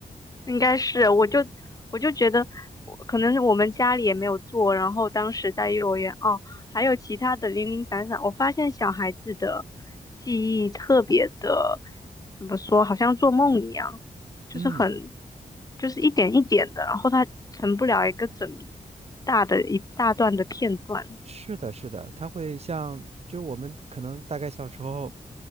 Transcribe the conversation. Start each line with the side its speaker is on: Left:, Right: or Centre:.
Left: 应该是，我就我就觉得，我可能是我们家里也没有做，然后当时在幼儿园哦，还有其他的零零散散，我发现小孩子的记忆特别的，怎么说，好像做梦一样，就是很，
Right: 嗯，
Left: 就是一点一点的，然后他成不了一个整理大的一大段的片段。
Right: 是的，是的，它会像就是我们可能大概小时候。